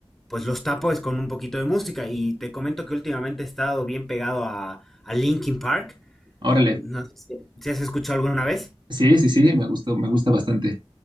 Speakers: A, in the centre; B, on the right (about 50°).
A: pues los tapo es con un poquito de música. Y te comento que últimamente he estado bien pegado a, a Linkin Park.
B: órale.
A: No sé si, si has escuchado alguna vez.
B: Sí, sí, sí, me gusta, me gusta bastante.